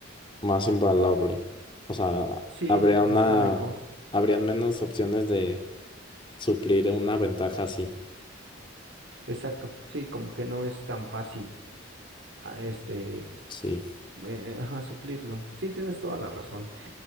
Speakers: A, on the left; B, on the right.
A: más invaluable. O sea,
B: Sí,
A: habría
B: está
A: una,
B: mejor.
A: habrían menos opciones de suplir una ventaja así.
B: Exacto. Sí, como que no es tan fácil. a este,
A: Sí.
B: eh, ajá, suplirlo. Sí, tienes toda la razón. <laughs>